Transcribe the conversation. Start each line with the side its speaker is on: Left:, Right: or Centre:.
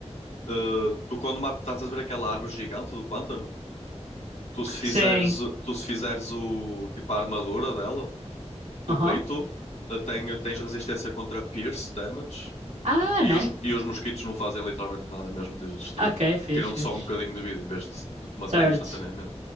Left: Uh, tu quando matas estás a ver aquela árvore gigante do pântano, tu se fizeres,
Right: Sim.
Left: tu se fizeres o tipo a armadura dela, do
Right: Aham.
Left: peito, uh, tem- tens resistência contra pierce damage
Right: Ah,
Left: e
Right: nice.
Left: os, e os mosquitos não fazem literalmente nada, mesmo que estejas distraído.
Right: Ok, fixe,
Left: Tiram-te
Right: fixe.
Left: só um bocadinho de vida em vez de, de te matarem
Right: Certo.
Left: instantaneamente.